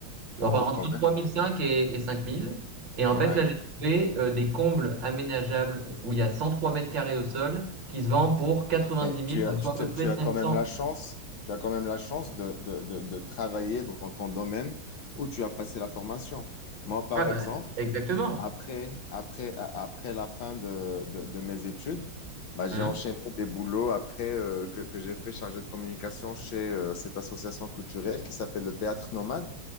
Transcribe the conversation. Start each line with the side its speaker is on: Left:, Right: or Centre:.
Left: Oh,
Right: Enfin, entre
Left: quand même,
Right: 3005 et, et 5000. Et en
Left: ouais.
Right: fait, là, j'ai trouvé euh, des combles aménageables où il y a 103 mètres carrés au sol qui se vend pour 90
Left: Et
Right: 000,
Left: tu
Right: donc
Left: as, tu,
Right: soit
Left: tu-
Right: à peu près
Left: tu
Right: 500.
Left: as quand même la chance, tu as quand même la chance de, de, de, de travailler dans ton domaine où tu as passé la formation. Moi, par
Right: Ah bah,
Left: exemple,
Right: exactement.
Left: après, après, a- après la fin de, de- de mes études, bah,
Right: Hum,
Left: j'ai enchaîné des boulots après euh, que, que j'ai fait chargé de communication chez euh, cette association culturelle qui s'appelle le Théâtre Nomade